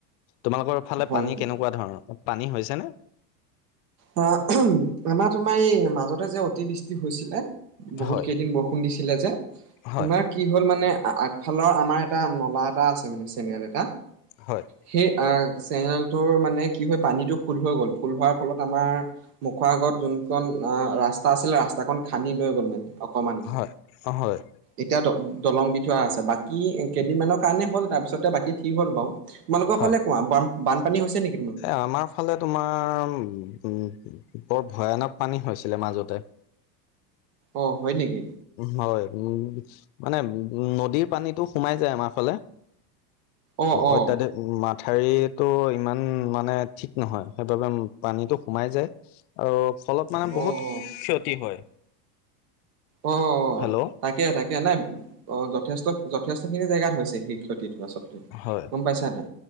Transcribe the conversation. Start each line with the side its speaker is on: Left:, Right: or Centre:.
Left: তোমালোকৰ ফালে
Right: হয়
Left: পানী
Right: হয়
Left: কেনেকুৱা ধৰণৰ? পানী হৈছে নে?
Right: অ আমাৰ তোমাৰ এই মাজতে যে অতিবৃষ্টি হৈছিলে বহুত
Left: হয়
Right: কেইদিন বৰষুণ দিছিলে যে
Left: হয়
Right: তোমাৰ কি হ'ল মানে আগফালৰ আমাৰ এটা নলা এটা আছে মানে চেনিয়েল এটা,
Left: হয়
Right: সেই অ', চেনেলটোৰ মানে কি হয় পানীতটো ফুল হৈ গ'ল ফুল হোৱাৰ ফলত আমাৰ মুখৰ আগত যোনখন অ', ৰাস্তা আছিলে ৰাস্তাখনন খান্দি লৈ গ'ল মানে অকণমানকৈ
Left: হয় হয়
Right: এতিয়া দি দলং দি থোৱা আছে বাকী কেইদিনমানৰ কাৰণে হ'ল তাৰপিছতে বাকী ঠিক হ'ল বাৰু। তোমালোকৰ
Left: হয়।
Right: ফালে কোৱা বান বানপানী হৈছে নেকি?
Left: এ আমাৰ ফালে তোমাৰ উ বৰ ভয়ানক পানী হৈছিলে মাজতে। <inaudible>
Right: অ', হয় নেকি।
Left: হয় উ মানে উ নদীৰ পানীতটো সোমাই যায় আমাৰ ফালে।
Right: অ অ
Left: অত্যাধিক মাথাৰটো ইমান মানে ঠিক নহয় সেইবাবে পানীটো সোমাই যায় আৰু ফলত মানে বহুত
Right: অ
Left: ক্ষতি
Right: অ
Left: হয়।
Right: অ', অ'।
Left: হেল্ল'
Right: তাকে তাকে নাই অ', যথেষ্ট যথেষ্ট খিনি জেগাত হৈছে সেই ক্ষতিটো আচলতে
Left: হয়
Right: গ'ম পাইছাতে